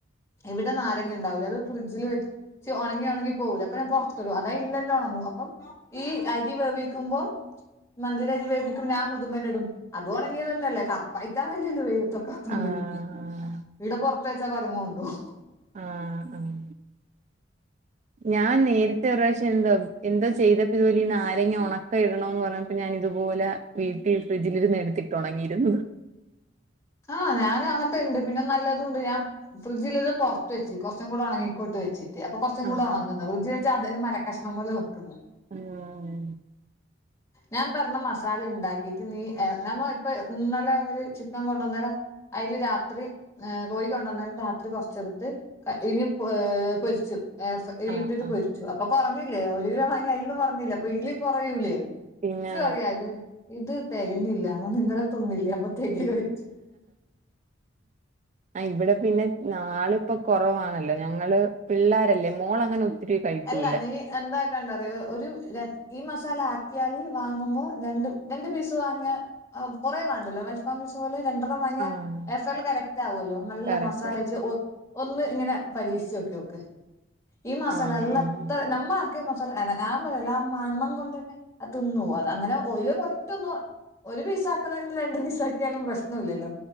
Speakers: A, on the left; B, on the right.
A: ഇവിടെ നാരങ്ങണ്ടാവൂല അത് ഫ്രഡ്ജിൽ വെച്ച് ച് ഒണങ്ങി ഒണങ്ങി പോവൂലെ അപ്പ ഞാൻ പൊർത്ത്ടും അതയ്ലെന്നെ ഒണങ്ങും അപ്പം ഈ അരി വേവിക്കുമ്പോ മന്തീടെ അരി വേവിക്കുമ്പോ ഞാം <unintelligible> ഇടും അതും ഒണങ്യേതന്നല്ലെ കർ പൈത്തതല്ലല്ലൊ വെയ്ലത്ത്വെക്കാത്തോണ്ട്
B: ആഹ് ആഹ്
A: ഇവിടെ പൊർത്ത് വെച്ചാ കൊരങ്ങ് കൊണ്ടുപോവും
B: ആഹ് ആഹ് ഞാൻ നേരത്തെ ഒര് പ്രാവശ്യം എന്തോ എന്തോ ചെയ്തപ്പൊ ഇത്പോലി ഈ നാരങ്ങഒണ ക്ക ഇടണോന്ന് പറഞ്ഞപ്പോ ഞാനിത്പോലെ വീട്ടി ഫ്രിഡ്ജിൽ നിന്ന് എടുത്തിട്ട് ഒണങ്ങിയിര്ന്നു.
A: ആഹ് ഞാൻ അങ്ങനത്തെണ്ട് പിന്നെ നല്ലതൂണ്ട് ഞാം ഫ്രിഡ്ജില് ഇത് പൊർത്ത് വെച്ച് കൊറച്ചും കൂടെ ഒണങ്ങിക്കോട്ട് വെച്ച് അപ്പൊ കൊർച്ചും
B: ആഹ്
A: കൂടെ ഒണങ്ങുന്ന് ഫ്രിഡ്ജി വെച്ചാ അതന് മര കഷ്ണം പോലെ നിക്ക്ന്ന്
B: ഉം
A: ഞാൻ പറഞ്ഞ മസാല ഇണ്ടാക്കിട്ട് നീ നമ്മ ഇപ്പ ഇന്നലെ ഇവര് ചിക്കൻ കൊണ്ടന്നേരം അയ്ൽ രാത്രി കോയി കൊണ്ടന്നേരം രാത്രി കൊർച്ചെട്ത്ത് ഇനി പൊരിച്ചു. ഏഹ് ഫ്രൈയിലിട്ട്ട്ട്
B: ആഹ് ആഹ്
A: പൊരിച്ചു. ച്ചു അപ്പൊ കൊർഞ്ഞില്ലേ ഒരു കിലോ വാങ്ങിയ അന്നും കൊർഞ്ഞില്ലെ അപ്പൊ ഇല് കുറയൂലേ ന്ന്ട്ട്പറയാ
B: പിന്നെ
A: ഐല് ഇത് തെകഞ്ഞില്ല ഞാം പർഞ്ഞു ഇന്നലെ തിന്നില്ലേ അപ്പ തെകയോയ്ച്ചു
B: ആഹ് ഇവടെ പിന്നെ നാള് ഇപ്പൊ കൊറവാണല്ലോ ഞങ്ങള് പിള്ളോരല്ലേ മോളങ്ങനെ ഒത്തിരി കഴിക്കൂല
A: അല്ല നീ എന്താക്കാണ്ടറിയോ ഒരു രൺ ഈ മസാല ആക്ക്യാല് വാങ്ങുമ്പോ രണ്ട് രണ്ട് പീസ് വാങ്ങിയാ ആഹ് കൊറേവാണ്ടല്ലോ അൽഫാം പീസ് പോലെ രണ്ടെണ്ണം വാങ്യാ
B: ആഹ്
A: എസാറില് കറക്റ്റാവോലൊ നല്ല
B: കറക്റ്റാ
A: മസാലേച്ച് ഒന്ന് ങ്ങനെ പരീക്ഷിച്ചോക്ക്യോക്ക് ഈ മാസാല
B: ആഹ്
A: നല്ലത്ര
B: ആഹ്
A: നമ്മളെ ക്ക്‌ മസ ആ മസല്ല ആ മാൺമം കൊണ്ട് തന്നെ തിന്നോ അത് അങ്ങനെ ഒിവ കൊറ്റൊന്ന ഒരു പീസ ആക്കുന്നന്ന് രണണ്ട്പീസ ആക്കിയാലും പ്രശ്നം ഇല്ലല്ലോ